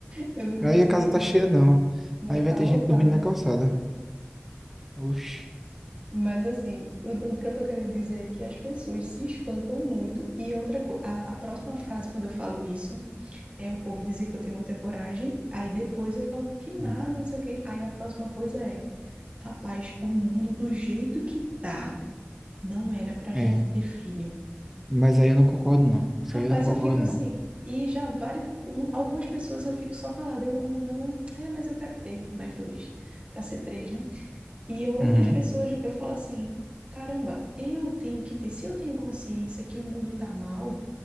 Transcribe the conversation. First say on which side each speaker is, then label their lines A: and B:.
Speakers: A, on the right; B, in the centre.
A: eu não conseguiria,
B: Aí a casa tá cheia,
A: não.
B: não.
A: Não,
B: Aí vai
A: tá
B: ter
A: lotada.
B: gente dormindo na calçada. Oxi.
A: Mas assim, o t- o que eu tô querendo dizer é que as pessoas se espantam muito. E outra coisa, a, a próxima frase, quando eu falo isso, é o povo dizer que eu tenho muita coragem, aí depois eu falando que nada,
B: Hum,
A: não sei o quê. Aí a próxima coisa é, rapaz, o mundo do jeito que tá, não era pra gente
B: É,
A: ter filho.
B: mas aí eu não concordo, não. Isso
A: Rapaz,
B: aí eu não concordo,
A: eu fico assim,
B: não.
A: e já várias, um- algumas pessoas eu fico só calada, eu, uhum, é, mas eu quero ter mais dois, pra ser três, né? E eu- outras
B: Uhum.
A: pessoas eu falo assim, caramba, eu tenho que ter, se eu tenho consciência que o mundo tá mal,